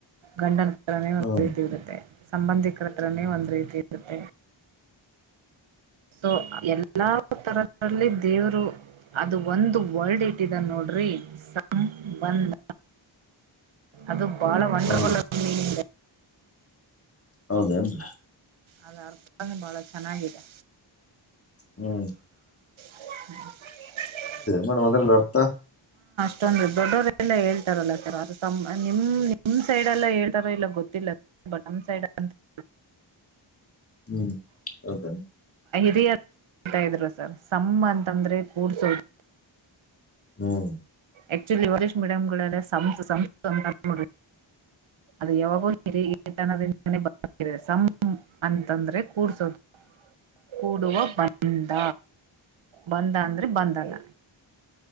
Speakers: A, on the right (about 75°); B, on the left (about 30°).
A: ಗಂಡನ. ತ್ರ ಒಂದು
B: ಹ್ಮ್
A: ರೀತಿ ಇರುತ್ತೆ ಸಂಬಂಧಿಕರತ್ರನೇ ಒಂದು ರೀತಿ ಇರುತ್ತೆ. ಸೊ ಎಲ್ಲಾ ತರ್ರಲ್ಲಿ ದೇವರು. ಅದು ಒಂದು ವರಡ್ ಇಟ್ಟಿದಾನೇ ನೋಡ್ರಿ ಸಂಬಂದ. ಅದು ಬಾಳ ವಂಡರ್ಫುಲ್
B: ಹ್ಮ್
A: ಅ. <unintelligible>
B: ಹೌದೆನ್ರೀ.
A: ಅದ ಅರ್ಥನೇ ಬಾಳ ಚೆನ್ನಾಗಿದೆ.
B: ಹ್ಮ್.
A: ಹ್ಮ. <inaudible>
B: ನಡ ಮೊದಲು ಅರ್ಥ.
A: ಅಷ್ಟೊಂದು ದೊಡ್ಡವರೆಲ್ಲ ಹೇಳ್ತಾರಲ್ಲ ಸರ್ ಅ ನಿಮ್ ನಿಮ್ ಸೈಡೆ ಎಲ್ಲ ಹೇಳ್ತಾರೋ ಇಲ್ಲ ಗೊತ್ತಿಲ್ಲ. ಬಟ್ ನಮ್ ಸೈಡ್ ಅಂತ. <inaudible>
B: ಹ್ಮ್ ಹೌದ.
A: ತಾ ಅಂತ ಇದ್ರು ಸರ್ ಸಂಬಂಧ ಅಂದ್ರೆ ಕೂಡ್ಸೋದು.
B: ಹ್ಮ್.
A: ಆಕ್ಚುಲಿ ಈವಾಗ ಇಂಗ್ಲಿಷ್ ಮೀಡಿಯಂಗಳಲ್ಲ ಸಂಸಂಸ್ಕೃ. ಅದು ಯಾವಾಗೂ ಹಿರಿತನದಿಂದೇ ಬಂದಿದೆ ಸಂ ಅಂತಂದ್ರೆ ಕೂಡೋಸ್ದು. ಕೂಡುವ ಬಂದ ಬಂದ ಅಂದ್ರೆ ಬಂದಲ್ಲ.